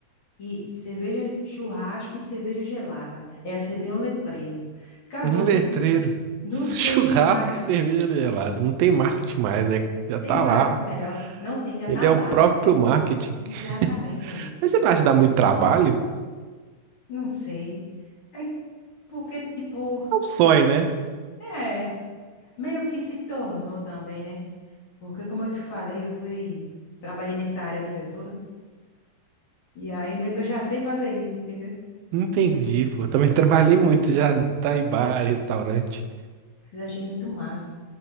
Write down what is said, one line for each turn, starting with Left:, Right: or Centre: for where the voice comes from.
Left: e cerveja churrasco e cerveja gelada. Ia ser bem um letreiro. Acabou,
Right: Um letreiro.
Left: não, não
Right: Churrasco
Left: tem marketing,
Right: e cerveja gelada. Não tem marketing mais, né? Já
Left: tem
Right: tá
Left: marketing
Right: lá.
Left: melhor. Não tem, já tá
Right: Ele é
Left: lá.
Right: o próprio marketing.
Left: Exatamente,
Right: <laughs>
Left: meu bem.
Right: Mas você não acha que dá muito trabalho?
Left: Não sei. É porque, tipo,
Right: É um sonho, né?
Left: é, meio que se tornou também, né? Porque, como eu te falei, eu fui, trabalhei nessa área a vida toda. E aí meio que eu já sei fazer isso, entendeu?
Right: Entendi, pô. Eu também <laughs> trabalhei muito já, tá em bar, restaurante.
Left: Mas achei muito massa.